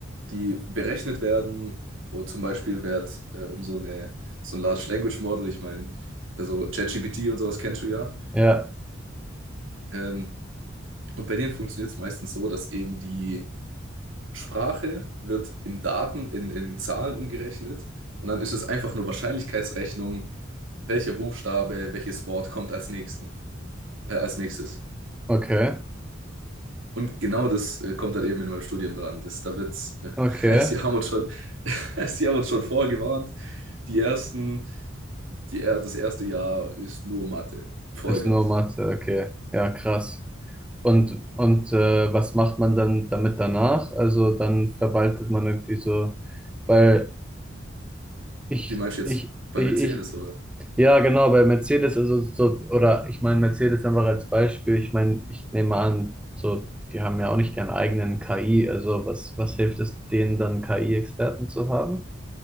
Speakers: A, on the right; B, in the centre.
A: die berechnet werden. Und zum Beispiel wird äh, um so, eine, so ein Large Language Model, ich meine, also ChatGPT und sowas kennst du ja.
B: Ja,
A: Ähm, und bei denen funktioniert es meistens so, dass eben die Sprache wird in Daten, in, in Zahlen umgerechnet. Und dann ist es einfach nur Wahrscheinlichkeitsrechnung, welcher Buchstabe, welches Wort kommt als, nächsten, äh, als nächstes.
B: okay.
A: Und genau das äh, kommt dann eben in meinem Studium dran. Das, da wird,
B: Okay,
A: äh, <laughs> sie haben uns schon, <laughs> sie haben uns schon vorgewarnt. Die ersten die, das erste Jahr ist nur Mathe. Vollgas.
B: ist nur Mathe, okay. Ja, krass. Und, und äh, was macht man dann damit danach? Also dann verwaltet man irgendwie so, weil ich,
A: Wie meinst du jetzt
B: ich,
A: bei
B: ich,
A: Mercedes,
B: ich,
A: oder?
B: ja genau, bei Mercedes, also so, oder ich meine Mercedes einfach als Beispiel, ich meine, ich nehme an, so, die haben ja auch nicht ihren eigenen KI, also was, was hilft es denen dann KI-Experten zu haben?